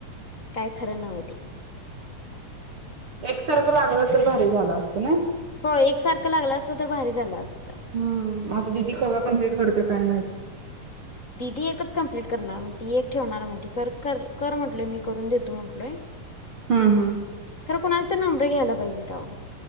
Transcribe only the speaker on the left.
काय खर नव्ह ते
हो एकसारखं लागलं असत तर भारी झालं असतं.
दिदी एकच कम्प्लीट करणार म्हणते एक ठेवणार म्हणती कर कर कर म्हंटलय मी करून देतो म्हंटलोय.
खरं कोणाच तर नंबर घ्यायला पाहिजेत अहो.